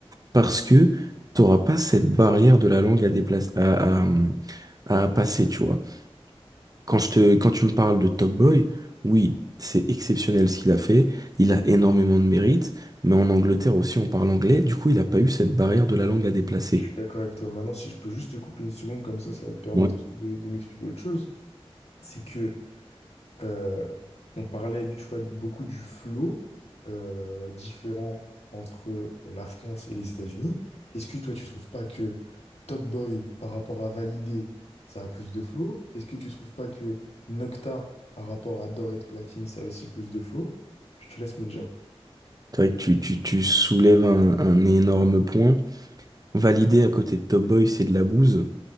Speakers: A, on the right (about 35°); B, on the left (about 90°).
A: parce que t'auras pas cette barrière de la langue à déplacer, à, à à passer, tu vois. Quand je te, quand tu me parles de Top Boy, oui, c'est exceptionnel ce qu'il a fait. Il a énormément de mérite, mais en Angleterre aussi, on parle anglais. Du coup, il n'a pas eu cette barrière de la langue à déplacer.
B: je suis d'accord avec toi. Maintenant, si je peux juste te couper une seconde, comme ça, ça va te permettre
A: Ouais.
B: aussi de, de m'expliquer autre chose. C'est que Euh, on parlait, du- tu vois, beaucoup du flow euh, différent entre euh, la France et les États-Unis. Est-ce que toi, tu trouves pas que Top Boy, par rapport à Validé, ça a plus de flow? Est-ce que tu trouves pas que Nocta, par rapport à D'or et de Platine, ça a aussi plus de flow? Je te laisse me dire.
A: C'est vrai que tu, tu, tu soulèves un, un énorme point. Validé à côté de Top Boy, c'est de la bouse.